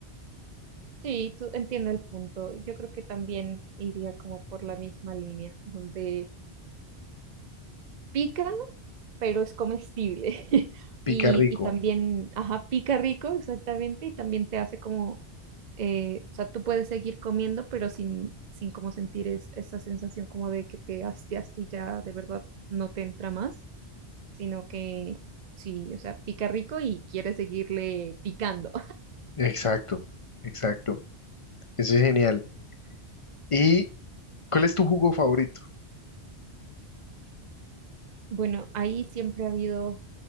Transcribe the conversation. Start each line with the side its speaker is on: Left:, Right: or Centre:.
Right: Sí, tú entiendo el punto. Yo creo que también iría como por la misma línea, donde pica, pero es comestible. <laughs>
Left: Pica
Right: Y,
Left: rico.
Right: y también, ajá, pica rico, exactamente, y también te hace como, eh, o sea, tú puedes seguir comiendo, pero sin, sin como sentir es- esa sensación como de que te hastiaste y ya de verdad no te entra más, sino que sí, o sea, pica rico y quieres seguirle picando.
Left: Exacto, exacto. Eso es genial. ¿Y cuál es tu jugo favorito?
Right: Bueno, ahí siempre ha habido